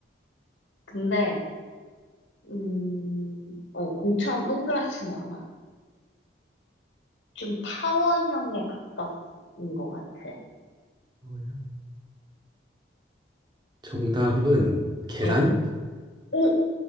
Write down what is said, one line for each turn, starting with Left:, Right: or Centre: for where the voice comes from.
Left: 근데, 음, 어, 공처럼 동그랗지는 않아. 좀 타원형에 가깝은 것 같아.
Right: 뭐야? 정답은 계란?
Left: 어. 어,